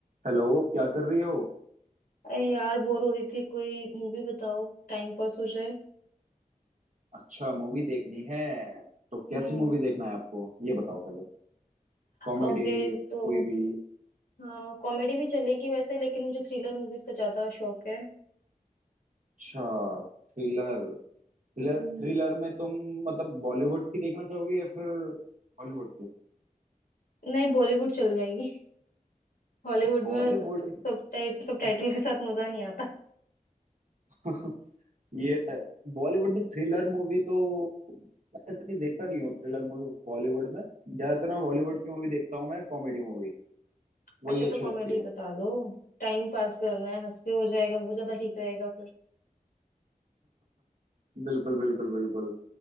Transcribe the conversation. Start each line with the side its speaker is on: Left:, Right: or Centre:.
Right: हेलो क्या कर रही हो
Left: अरे यार बोर हो रही थी कोई मूवी बताओ टाइम पास हो जाए
Right: अच्छा मूवी देखनी है तो कैसी
Left: हम्म
Right: मूवी देखना है आपको ये बताओ पहले कॉमेडी
Left: ओके तो
Right: कोई भी
Left: हाँ कॉमेडी भी चलेगी वैसे लेकिन मुझे थ्रिलर मूवीज का ज्यादा शौक है
Right: अच्छा थ्रिलर थ्रिलर
Left: हम्म
Right: थ्रिलर में तुम मतलब बॉलीवुड की देखना चाहोगे या फिर हॉलीवुड की
Left: नहीं बॉलीवुड चल जाएगी <laughs> हॉलीवुड
Right: बॉलीवुड
Left: में सब टाइटल
Right: अच्छा
Left: के साथ मजा नहीं आता
Right: <laughs> ये तो है बॉलीवुड में थ्रिलर मूवी तो मैं इतनी देखता नहीं हूँ थ्रिलर मूवी बॉलीवुड में ज्यादातर मैं बॉलीवुड की मूवी देखता हूँ मैं कॉमेडी मूवी वही
Left: अच्छा
Right: अच्छी
Left: तो कॉमेडी
Right: लगती है
Left: बता दो टाइम पास करना है हंस के हो जाएगा वो ज्यादा ठीक रहेगा फिर
Right: बिल्कुल बिल्कुल बिल्कुल